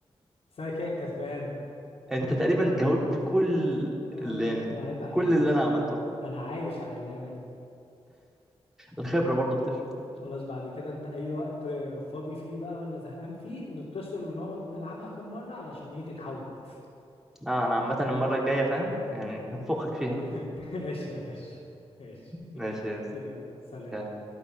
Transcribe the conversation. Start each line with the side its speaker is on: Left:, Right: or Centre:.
Left: بس انا كده كسبان
Centre: انت تقريبا جاوبت كل
Left: انا
Centre: اللي يعني
Left: أنا عيب عليك
Centre: كل
Left: ده
Centre: اللي
Left: أنا
Centre: انا عملته
Left: أنا عايش على اللعبة دي
Centre: الخبرة برضو بتفرق
Left: خلاص بعد كده انت اي وقت فاضي فيه بقى ولا زهقان فيه نتصل ونقعد نلعبها كام مرة علشان ايه تتعود
Centre: اه انا عامة المرة الجاية فاهم يعني هنفخك فيها بقى
Left: <laughs> ماشي يا باشا ماشي
Centre: ماشي يا يس.
Left: يلا سلام
Centre: يلا